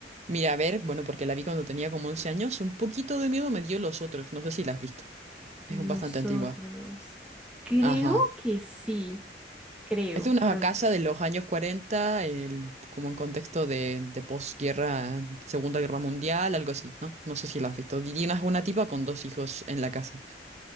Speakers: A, on the right; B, in the centre.
A: Mira, a ver, bueno, porque la vi cuando tenía como 11 años, un poquito de miedo me dio los otros, no sé si la has visto. Es
B: Los
A: un- bastante antigua.
B: otros. Creo
A: Ajá.
B: que sí, creo,
A: Es de una
B: pero
A: casa de los años 40, el- como en contexto de, de posguerra, Segunda Guerra Mundial, algo así, ¿no? No sé si la has visto. Y una, una tipa con dos hijos en la casa.